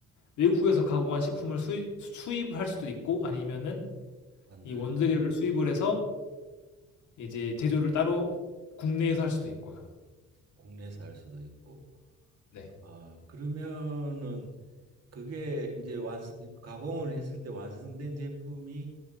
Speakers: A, on the left; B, on the right.
A: 외국에서 가공한 식품을 수입, 수입할 수도 있고 아니면은
B: 만들
A: 이 원재료를 수입을 해서 이제 제조를 따로 국내에서 할 수도 있고요.
B: 국내에서 할 수도 있고.
A: 네.
B: 아, 그러면은 그게 이제 완성 가공을 했을 때 완성된 제품이